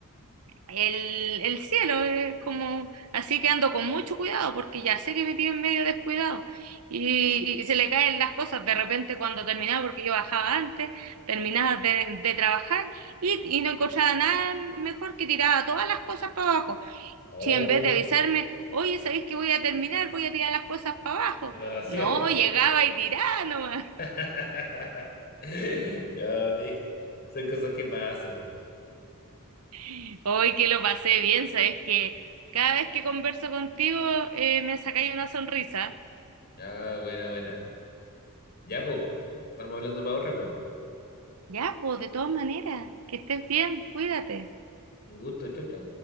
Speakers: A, on the right; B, on the left.
A: el, el cielo, es como, así que ando con mucho cuidado porque ya sé que me tienen medio descuidado y, y se le caen las cosas de repente cuando terminaba, porque yo bajaba antes, terminaba de, de trabajar y, y no encontraba nada mejor que tiraba todas las cosas para abajo.
B: Oh,
A: Si en vez de avisarme, oye, ¿sabéis que voy a terminar? Voy a tirar las cosas para abajo.
B: lo hacía
A: No,
B: nomás.
A: llegaba y tiraba nomás.
B: <laughs> Ya, es que son cosas que pasan, pues.
A: <laughs> Hoy que lo pasé bien, ¿sabéis que cada vez que converso contigo eh, me sacáis una sonrisa?
B: Ah, bueno, bueno. Ya, pues. Estamos hablando para otra, pues.
A: Ya, pues, de todas maneras, que estés bien, cuídate.
B: Un gusto, chau, chau.